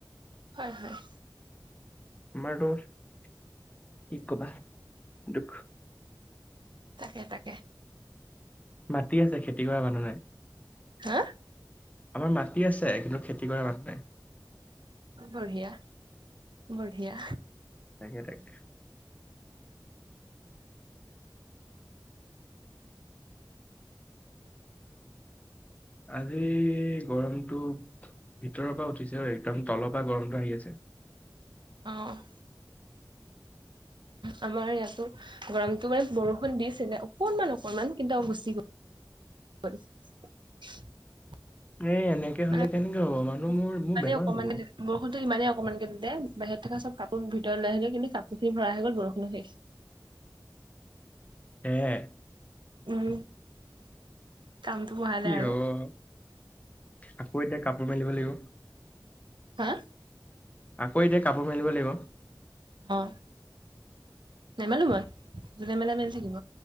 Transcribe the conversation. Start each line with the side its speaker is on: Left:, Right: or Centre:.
Right: হয়-হয়।
Left: তোমাৰ তোৰ কি কবা দুখ।
Right: তাকে তাকে।
Left: মাটি আছে। খেতি কৰা মানুহ নাই।
Right: হা
Left: আমাৰ মাটি আছে কিন্তু খেতি কৰা মানু নাই
Right: বঢ়িয়া বঢ়িয়া
Left: তাকে তাকে আজি গৰমটো ভিতৰৰ পৰা উঠিছে আৰু একদম তলৰ পৰা গৰমটো আহি আছে।
Right: অ' আমাৰ ইয়াতো গৰমটো মানে বৰষুণ দিছিলে অকণমান অকণমান কিন্তু গুচি গ' <inaudible>
Left: এ এনেকে হলে
Right: মানে
Left: কেনেকে হ'ব মানুহ
Right: বৰ
Left: মোৰ মোৰ
Right: ইমানে
Left: বেমাৰ
Right: অকনমানকে
Left: হ'ব
Right: বৰষুণতো ইমানে অকমানকে দিছে বাহিৰত থকা চব কাপোৰ ভিতৰ লৈ আহিল কিন্তু কাপোৰখিনি ভৰা আহি গ'ল বৰষুণ শেষ
Left: হে এ
Right: উম কামটো বহালে
Left: কি
Right: আৰু
Left: হ'ব আকৌ এতিয়া কাপোৰ পিন্ধিব লাগিব
Right: হা
Left: আকৌ এতিয়া কাপোৰ মেলিব লাগিব
Right: অহ নেমেলো মই যোনে মেলে মেলি থাকিব